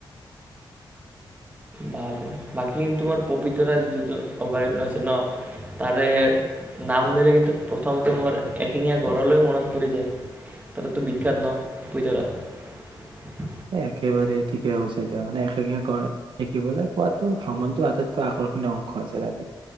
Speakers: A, on the right; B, on the right.
A: বাৰু বাকী কিন্তু মোৰ পপিতৰা যিটো অভয়াৰণ্য আছে ন তাৰে না শুনিলে কিন্তু প্ৰথমতে মোৰ এশিঙীয়া গড়লৈ মনত পৰি যায় তাৰতো বিখ্যাত ন পপিতৰাত
B: এ একেবাৰে ঠিকে হৈছে দিয়া মানে এশেঙীয়া গ় দেখিবলৈ পোৱাতো ভ্ৰমণটোৰ আটাইতকৈ আকৰ্ষণীয় অংশ আছিল আৰু